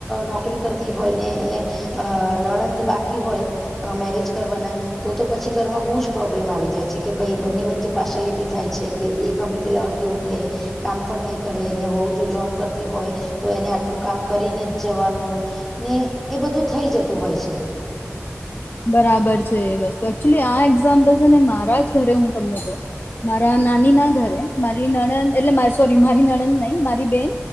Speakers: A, in the centre; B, on the left.
A: નોકરી કરતી હોય ને એ અ નણંદ બાકી હોય‌ અ મેરેજ કરવાના તો તો પછી ઘરમાં બહુ જ પ્રોબ્લેમ આવી જાય છે કે ભાઈ બંને વચ્ચે પાર્શલિટી થાય છે. કે એ ગમી તેલા વાગે ઉઠે. કામ પણ નહીં કરે ને વહુ જો જોબ કરતી હોય તો એને આટલું કામ કરીને જ. જવાનું ને એ બધું થઇ જતું હોય છે.
B: બરાબર છે એ વસ્તુ એકચુલી આ એક્ઝામ્પલ છે ને મારા જ ઘરે હું તમને કહું. મારા નાની ના ઘરે મારી નણંદ એટલે સોરી મારી નણંદ નઈ મારી બેન